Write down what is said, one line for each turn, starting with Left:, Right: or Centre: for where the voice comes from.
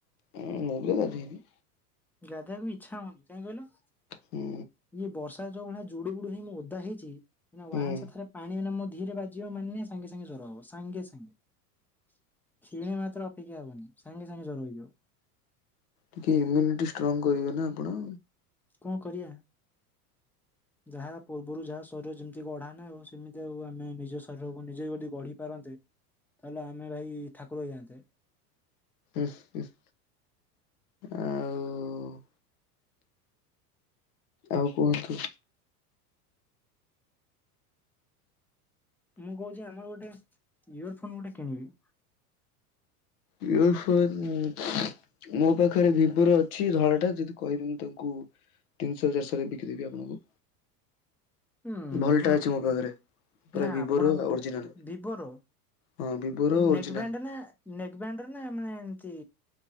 Left: ହୁଁ ମୁବି ଗାଧେଇନି।
Centre: ଗାଧେଇବାକୁ ବି ଇଚ୍ଛା ହଉନି କାହିଁକି କହିଲ।
Left: ହୁଁ
Centre: ଇଏ ବର୍ଷା ଯୋଉ ଭଳିଆ ଯୁଡ଼ୁବୁଡୁ ହେଇ ମୁଁ ଓଦା ହେଇଛି ଏନା ୱାଁନସ
Left: ହୁଁ।
Centre: ଥରେ ପାଣି ହେଲେ ମ ଧୀରେ ବାଜିବ ମାନେ ସାଙ୍ଗେ ସାଙ୍ଗେ ଜ୍ୱର ହବ ସାଙ୍ଗେ ସାଙ୍ଗେ। ଖିଣେ ମାତ୍ର ଅପେକ୍ଷା ହବନି ସାଙ୍ଗେ ସାଙ୍ଗେ ଜର ହେଇଯିବ।
Left: ଟିକେ ଇମ୍ୟୁନିଟି ଷ୍ଟ୍ରଙ୍ଗ କରିବେ ନା ଆପଣ।
Centre: କଣ କରିବା ଯାହା ପୂର୍ବରୁ ଯାହା ଶରୀର ଯେମିତି ଗଢା ନା ଆଉ ସେମିତି ଆଉ ଆମେ ନିଜ ଶରୀରକୁ ନିଜେ ଯଦି ଗଢି ପାରନ୍ତେ ତାହେଲେ ଆମେ ଭାଇ ଠାକୁର ହେଇଯାନ୍ତେ।
Left: ଇସ ଇସ ଆଉ ଆଉ କୁହନ୍ତୁ?
Centre: ମୁଁ କୋହୁଚି ଆମର ଗୋଟେ ଇୟର ଫୋନ ଗୋଟେ କିଣିବି।
Left: ଇଅର ଫୋନ୍ <inaudible> ମୋ ପାଖରେ ଭିବୋର ଅଛି ଧଳା ଟା ଯଦି କହିବି ମୁଁ ତାକୁ ତିନିଶ ଚାରିଶରେ ବିକିଦେବି ଆପଣଙ୍କୁ।
Centre: ହୁଁ ନା
Left: ଭଲଟା ଅଛି ମୋ ପାଖରେ ପୁରା
Centre: ନା
Left: ଭିବୋର
Centre: ଆପଣ ଗୋଟେ
Left: ଓରିଜିନାଲ।
Centre: ଭିବୋର?
Left: ହଁ ଭିବୋର
Centre: ହୁଁ
Left: ଓରିଜିନାଲ
Centre: ନେଗ ବ୍ୟାଣ୍ଡ ନା ନେଗ ବ୍ୟାଣ୍ଡ ନା ମାନେ ଏମତି